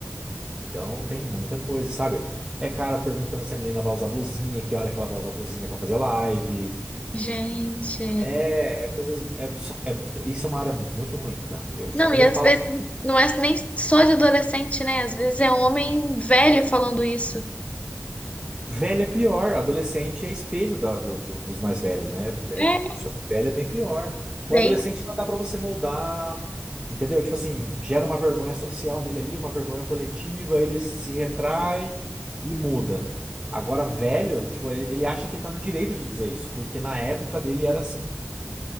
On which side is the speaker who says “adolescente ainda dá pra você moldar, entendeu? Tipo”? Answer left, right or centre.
Right